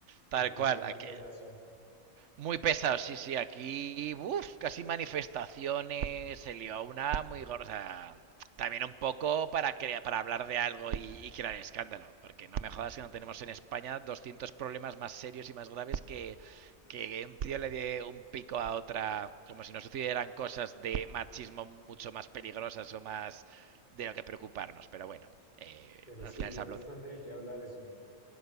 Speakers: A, on the right; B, on the left.
A: tal
B: el tipo
A: cual.
B: de
A: Aquí,
B: la federación.
A: Muy pesado, sí, sí, aquí, uff, casi manifestaciones, se lió una muy gorda. También un poco para, crea- para hablar de algo y, y crear escándalo, porque no me jodas que no tenemos en España 200 problemas más serios y más graves que, que un tío le dé un pico a otra, como si no sucedieran cosas de machismo mucho más peligrosas o más de lo que preocuparnos. Pero bueno, eh,
B: Pero
A: al
B: sí
A: final
B: dio
A: se habló,
B: bastante de qué hablar eso, ¿no?